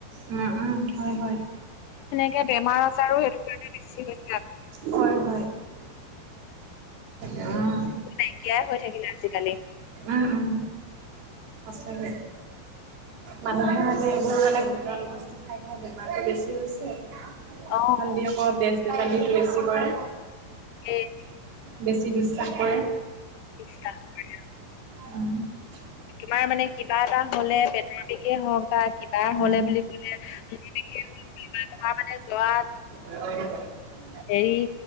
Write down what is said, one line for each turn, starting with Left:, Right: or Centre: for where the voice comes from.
Right: উম, উম। হয়, হয়।
Left: এয়া বেমাৰ আজাৰো সেইটো কাৰণে দিছিল হৈছ
Right: হয়, হয়। উম,
Left: নাইকিয়া হৈ থাকিলে আজিকালি।
Right: উম, উম। সঁচাকে। মানুহে মানে এইবোৰ মানে ভেজাল বস্তু খাই খাই বেমাৰটো বেছি হৈছে।
Left: অ',
Right: ভালদি আকৌ বেজ বেপালিটো বেছি কৰে।
Left: এই
Right: বেছি বেছি <unintelligible>
Left: বিশ্বাসটৌহে আৰু।
Right: অ'।
Left: তোমাৰ মানে কিবা এটা হ'লে, পেটৰ বিষে হওঁক। বা কিবা
Right: উম,
Left: হ'লে বুলি কলে, মুৰ বিষে হওঁক বুলি বা তোমাৰ মানে জৰা
Right: <unintelligible>
Left: হেৰী,